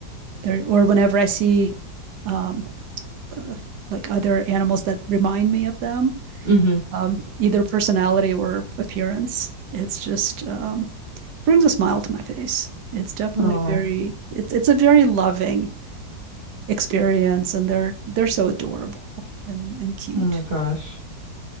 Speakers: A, on the right; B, on the right.
A: their, or whenever I see, um, uh, like other animals that remind me of them,
B: Mm-hmm.
A: um, either personality or appearance. It's just um, brings a smile to my face. It's definitely
B: Oh.
A: very it's it's a very loving experience, and they're they're so adorable and and cute.
B: Oh my gosh.